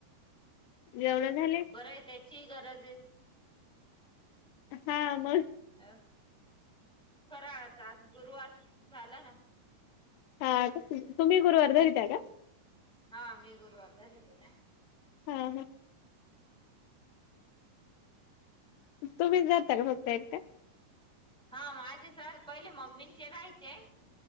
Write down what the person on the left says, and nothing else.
जेवण झाले?
हा म.
हा का? तुम्ही गुरवार धरित्या का?
हा ह. तुम्ही धरत्या का फक्त एकट्या?